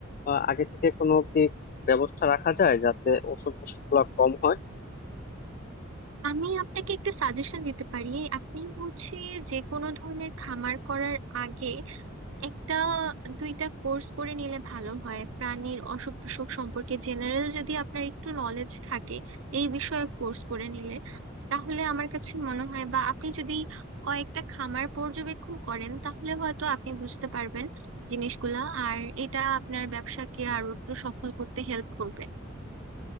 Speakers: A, on the left; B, on the right.
A: আহ, আগে থেকে কোনো কি ব্যবস্থা রাখা যায় যাতে অসুখ বিসুখ গুলা কম হয়
B: আমি আপনাকে একটা সাজেশন দিতে পারি আপনি হচ্ছে যে কোনো ধরনের খামার করার আগে একটা দুইটা কোর্স করে নিলে ভালো হয় প্রাণীর অসুখ বিসুখ সম্পর্কে জেনারেল যদি আপনার একটু নলেজ থাকে এই বিষয়ে কোর্স করে নিলে তাহলে আমার কাছে মনে হয় বা আপনি যদি কয়েকটা খামার পর্যবেক্ষণ করেন তাহলে হয়তো আপনি বুঝতে পারবেন জিনিসগুলা আর এটা আপনার ব্যবসাকে আরো একটু সফল করতে হেল্প করবে